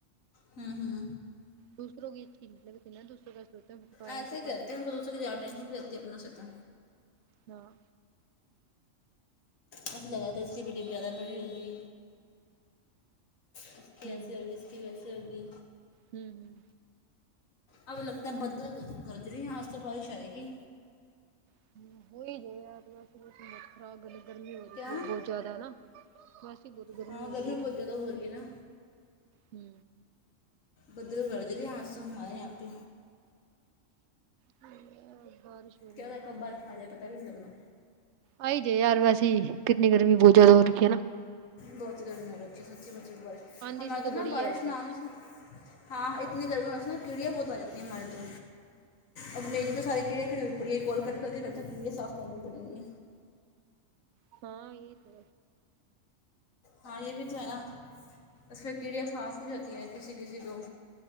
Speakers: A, on the left (about 85°); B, on the right (about 65°).
A: ہوں ہوں
B: دوسروں کی اچھی ملبتی نا دوسروں کا سوتےپیں
A: ایسے
B: ٹپائےیں
A: ہی کرتے ہیں ان کو دوسروں کی زیادہ ٹینشن رہتی ہے اپنوں سے تو
B: ہاں
A: ایسے لگا تا اس کی بی ڈٹیم جگہ پڑھی ہوگی اس کی
B: ہوں
A: ایسی ہوگی اس کی ویسی ہوگی
B: ہوں ہوں
A: اب لگتا ہے بدلا گرج رہے ہیں یہ آج تو بارش آئے گی
B: <inaudible>
A: کیا
B: خاسی ہی بہت گرمی
A: ہاں
B: ہو رہی ہے
A: بہت زیادہ ہو رہی ہے نا
B: ہو
A: بدل گرج رہے ہیں آج تو ہمارے یہا پے
B: ہم بارش ہو رہی
A: کیا
B: ہے نا
A: بارش آرہی ہے پتا بھی نہیں لگنا
B: آ ہی جاے یار ویسیے کتنی گرمی بہت زیادہ ہو رکھی ہے نا
A: بہت گرمیاں رکھی ہے سچی مچی میں بارش
B: اندھی
A: ہمارے
B: سی تو
A: نا
B: بڑی
A: بارش
B: ہے
A: نہ
B: بعد
A: آنے سے ہاں اتنی گرمی ہوس نا کیڑیاں بہت آ جاتی ہیں ہماریے تو اب میے پہ سارے کیڑے کھی ہو پھر یہ کول کٹ کر کے پھر یہ صاف کرنی پڑ گے
B: ہاں یہ تو
A: ہاں یہ بھی تو ہے نا اس پہ کیڑیاں صاف ہو جاتی ہیں کسی کسی کو